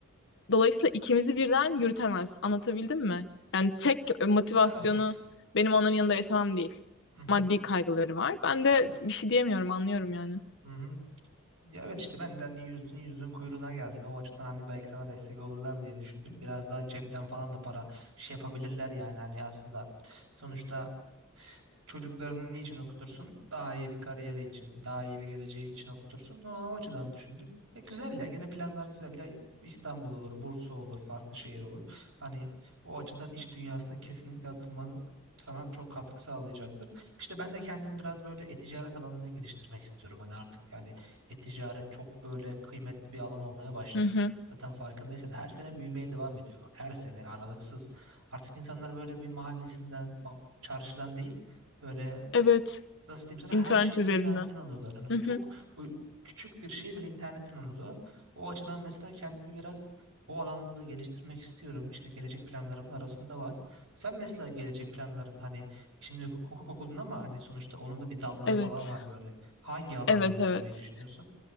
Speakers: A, on the left; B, on the right.
A: Dolayısıyla ikimizi birden yürütemez. Anlatabildim mi? Yani tek motivasyonu
B: Evet.
A: benim onların yanında yaşamam değil.
B: Hı hı.
A: Maddi kaygıları var. Ben de
B: Ya,
A: bir şey diyemiyorum, anlıyorum yani.
B: hı hı. Ya evet işte benden yüzdün yüzdün kuyruğuna geldin. O açıdan hani belki sana destek olurlar diye düşündüm. Biraz daha cepten falan da para şey yapabilirler yani. Hani aslında sonuçta Çocuklarını niçin okutursun? Daha iyi bir kariyeri için, daha iyi bir geleceği için okutursun. No, o açıdan düşündüm. E güzel ya, gene planlar güzel ya. İstanbul olur, Bursa olur, farklı şehir olur. Hani o açıdan iş dünyasına kesinlikle atılmanın sana çok katkı sağlayacaktır. İşte ben de kendimi biraz böyle e-ticaret alanında geliştirmek istiyorum. Hani artık yani e-ticaret çok böyle kıymetli bir alan olmaya başladı.
A: Hı hı.
B: Zaten farkındaysan her sene büyümeye devam ediyor. Bak her sene aralıksız. Artık insanlar böyle bir mahallesinden, bak, çarşıdan değil Böyle
A: Evet.
B: nasıl diyeyim sana
A: İnternet
B: her şeyin
A: üzerinden.
B: internetten alıyorlar. Hani
A: Hı hı.
B: çok u- küçük bir şey bile internetten alıyorlar. O açıdan mesela kendimi biraz o alanda da geliştirmek istiyorum. İşte gelecek planlarımın arasında var. Sen mesela gelecek planların hani şimdi hukuk okudun ama hani sonuçta onun da bir dalları
A: Evet.
B: falan var böyle. Hangi alanda
A: Evet,
B: ilerlemeyi
A: evet.
B: düşünüyorsun?